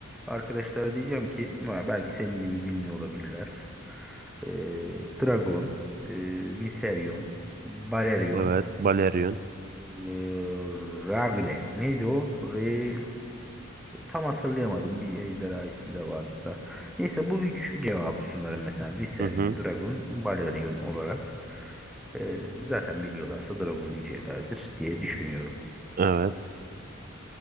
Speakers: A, in the centre; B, on the right.
A: arkadaşlara diyeceğim ki "Ma, belki senin gibi bilmiyor olabilirler. Ee, Dragon, e, Viserion, Balerion,
B: Evet. Balerion.
A: e, Ragle. Neydi o? Re, tam hatırlayamadım. Bir ejderha ismi de vardı da. Neyse bu üç cevabı sunarım mesela. Viserion,
B: Hı hı.
A: Dragon, Balerion olarak. Ee, zaten biliyorlarsa Dragon diyeceklerdir diye düşünüyorum.
B: Evet.